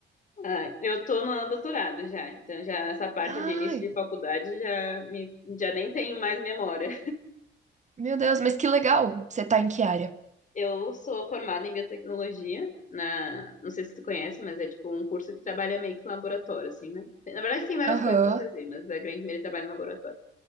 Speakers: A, on the left; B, on the right.
A: Ah, eu tô no doutorado já, então já essa parte
B: Ai,
A: de início de faculdade já me já nem tenho mais memória.
B: meu Deus, mas que legal. Você tá em que área?
A: Eu sou formada em biotecnologia, na, não sei se você conhece, mas é tipo um curso que trabalha meio que em laboratório, assim, né? Na verdade tem várias
B: Aham,
A: coisas pra fazer, mas a grande maioria trabalha em laboratório.